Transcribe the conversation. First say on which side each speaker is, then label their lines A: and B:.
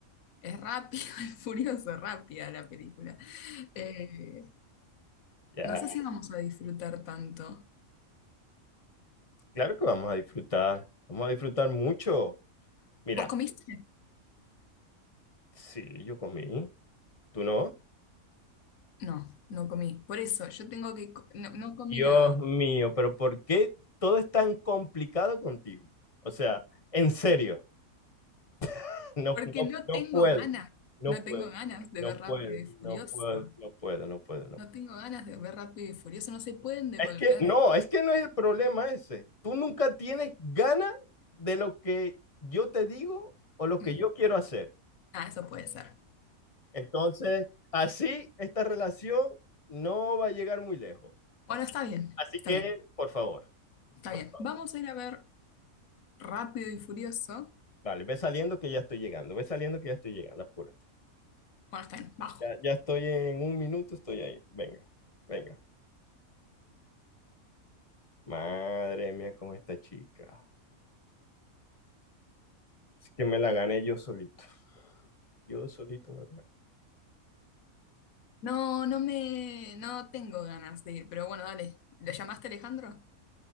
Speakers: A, on the left (about 75°); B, on the left (about 30°).
A: es rápido, <laughs> es furioso, rápida la película. eh,
B: ya.
A: no sé si vamos a disfrutar tanto.
B: Claro que vamos a disfrutar. Vamos a disfrutar mucho. Mira,
A: ¿Vos comiste?
B: sí, yo comí. ¿Tú no?
A: No, no comí. Por eso, yo tengo que... co- No, no comí
B: Dios
A: nada.
B: mío, pero ¿por qué todo es tan complicado contigo? O sea, en serio, <laughs> no,
A: Porque
B: no,
A: no
B: no
A: tengo
B: puedo,
A: ganas.
B: no
A: No
B: puedo,
A: tengo ganas de
B: no
A: ver
B: puedo,
A: rápido y furioso.
B: no puedo, no puedo, no puedo, no.
A: No tengo ganas de ver Rápido y Furioso, no se pueden devolver.
B: Es que no, es que no es el problema ese. Tú nunca tienes ganas de lo que yo te digo o lo que
A: Mm.
B: yo quiero hacer.
A: Ah, eso puede ser.
B: Entonces, así esta relación no va a llegar muy lejos.
A: Bueno, está bien,
B: Así
A: está
B: que,
A: bien,
B: por favor,
A: está
B: por
A: bien.
B: favor.
A: Vamos a ir a ver Rápido y Furioso.
B: Vale, ve saliendo que ya estoy llegando, ve saliendo que ya estoy llegando, apura.
A: Bueno, está bien, bajo.
B: Ya, ya estoy en un minuto, estoy ahí. Venga, venga. Madre mía, con esta chica. Es que me la gané yo solito. Yo solito me la gané.
A: No, no me, no tengo ganas de ir, pero bueno, dale. ¿Le llamaste Alejandro?